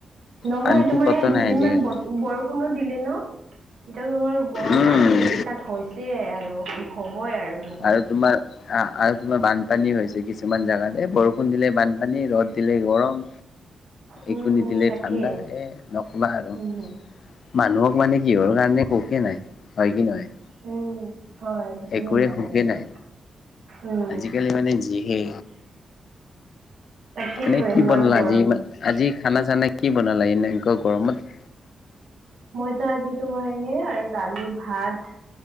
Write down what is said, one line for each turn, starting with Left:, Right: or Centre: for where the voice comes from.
Right: নহয়
Left: শান্তি
Right: তোমাৰ
Left: ক'তো
Right: এই দুদিন
Left: নাই আজিকালি
Right: মান ব বৰষুণ বৰষুণো দিলে ন? এতিয়া তোমাৰ গৰম
Left: উম
Right: আৰু ষ্টাৰ্ট হৈছে আৰু। হ'বই বহুত।
Left: আৰু তোমাৰ আৰু তোমাৰ বান্ধ পানী হৈছে কিছুমান জেগাত এই বৰষুণ দিলে বানপানী, ৰ'দ দিলে গৰম।
Right: উম,
Left: একো নিদিলে
Right: উম, তাকে
Left: ঠাণ্ডা। এই নক'বা আৰু
Right: উম,
Left: মানুহক তোক মানে কিহৰ কাৰণে কওকে নাই হয় কি নহয়।
Right: উম, হয় ঠিকেই
Left: একোৱে
Right: ক'লা
Left: সুখেই
Right: সেইটোতো
Left: নাই।
Right: উম,
Left: আজি-কালি মানে যিহে
Right: তাকেইতো
Left: এনে কি
Right: ইমান
Left: বনলা
Right: গৰম
Left: আজি-আজি? খানা-চানা কি বনালা এনে এনেকুৱা গৰমত?
Right: মইতো আজি তোমাৰ এনেই আৰু দালি, ভাত।